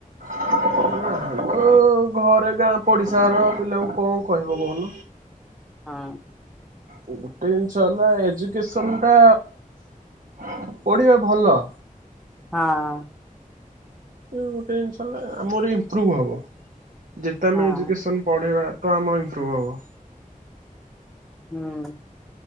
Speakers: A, on the right; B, in the centre.
A: ହ୍ୟାଲୋ ଘରେ ଗାଁ ପଡିଶାର ପିଲାଙ୍କୁ କଣ କହିବ କହୁନ?
B: ହଁ
A: ଗୋଟେ ଜିନିଷ ହେଲା ଏଜୁକେସନ ଟା ପଢିବା ଭଲ
B: ହାଆଁ
A: ଗୋଟେ ଜିନିଷ ହେଲା ଆମର ଇମ୍ପ୍ରୁଭ୍ ହେବ, ଯେତେ ଆମେ
B: ହଁ
A: ଏଜୁକେସନ୍ ପଢ଼େଇବା ତ ଆମମ ଇମ୍ପ୍ରୁଭ ହବ।
B: ହୁଁ